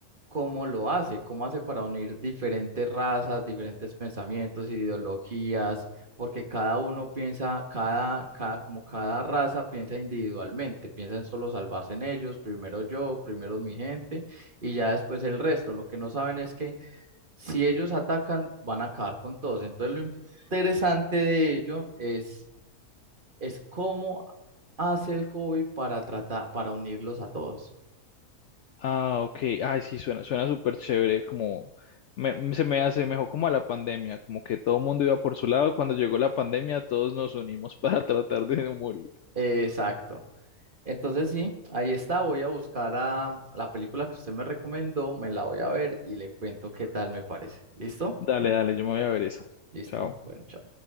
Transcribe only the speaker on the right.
cómo lo hace, cómo hace para unir diferentes razas, diferentes pensamientos, ideologías, porque cada uno piensa, cada, cada, como cada raza piensa individualmente, piensa en solo salvarse en ellos, primero yo, primero mi gente y ya después el resto. Lo que no saben es que si ellos atacan, van a acabar con todos. Entonces lo interesante de ello es es cómo hace el hobby para tratar, para unirlos a todos.
Exacto. Entonces sí, ahí está. Voy a buscar a la película que usted me recomendó, me la voy a ver y le cuento qué tal me parece. ¿Listo?
Listo.
Bueno, chao.